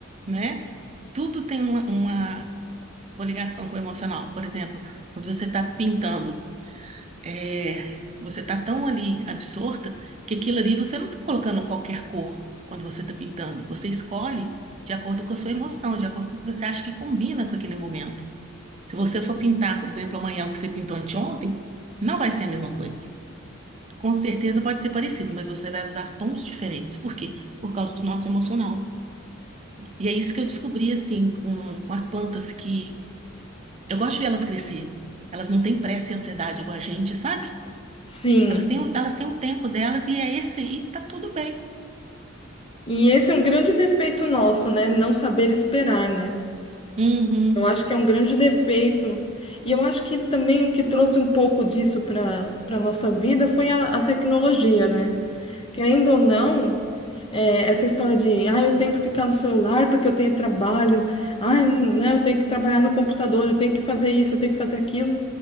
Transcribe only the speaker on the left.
Sim.
E esse é um grande defeito nosso, né? Não saber esperar, né?
Eu acho que é um grande defeito. E eu acho que também o que trouxe um pouco disso para para nossa vida foi a, a tecnologia, né? Querendo ou não, é, essa história de, ah, eu tenho que ficar no celular porque eu tenho trabalho, ah, né, eu tenho que trabalhar no computador, eu tenho que fazer isso, eu tenho que fazer aquilo.